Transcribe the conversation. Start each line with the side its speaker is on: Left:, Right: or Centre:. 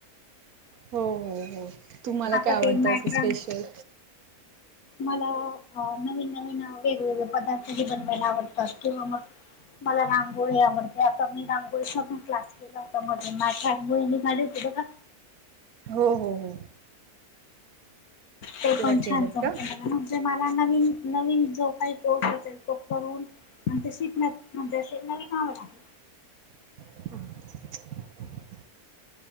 Right: हो हो हो तुम्हाला
Left: आता
Right: काय आवडत
Left: ते मॅटरन
Right: असं स्पेशल
Left: मला नवीन नवीन वेगवेगळे पदार्थ बनवायला आवडतात किंवा मग मला रांगोळी आवड. आता मी रांगोळी चाबी क्लास केला होता मध्ये माझ रांगोळी निघाली होती बघा.
Right: हो हो हो.
Left: ते
Right: तेव्हा
Left: पण
Right: केलंत
Left: छान जमत
Right: का?
Left: मला ना. मला नवीन नवीन जो काही कोर्स असेल तो करून आणि ते शिकन्यात म्हणजेे नवीन आवड आहे.
Right: <inaudible>